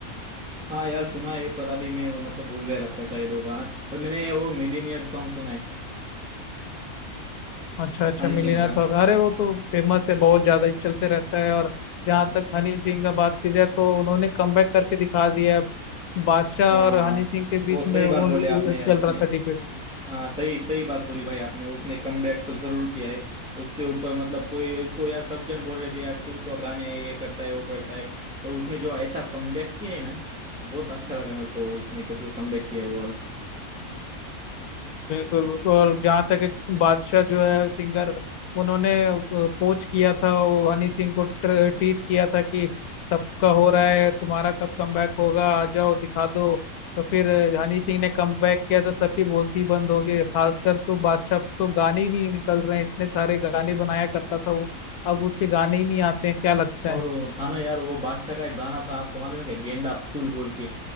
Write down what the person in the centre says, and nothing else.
हाँ यार सुना है पर अभी मैं वो मतलब भूल गया लगता है शायद वो गाना पर मैंने वो मिलीनियर सॉन्ग सुना है
हनी
सिंह का
हाँ
वो सही
बात बोले आपने
यार उसने
हाँ सही सही बात बोली भाई आपने उसने कमबैक तो जरूर किया है उसके ऊपर मतलब कोई उसको यार सब जन बोल रहे थे यार तू तो गाने ये करता है वो करता है पर उसने जो ऐसा कमबैक किया है ना बहुत अच्छा लगा मेरे को उसने का जो कमबैक किया है वो वाला
और
वो- हाँ ना यार वो बादशाह का एक गाना था आपको मालूम है क्या गेंदा फूल बोल के